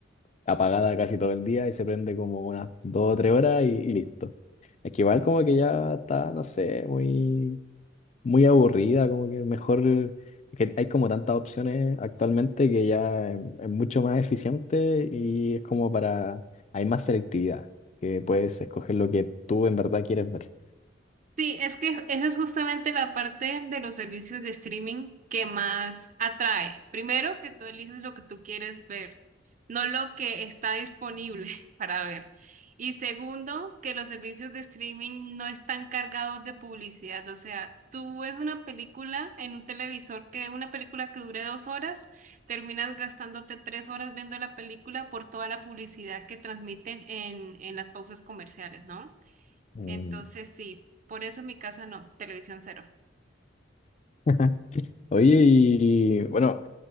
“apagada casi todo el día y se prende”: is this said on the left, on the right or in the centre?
Left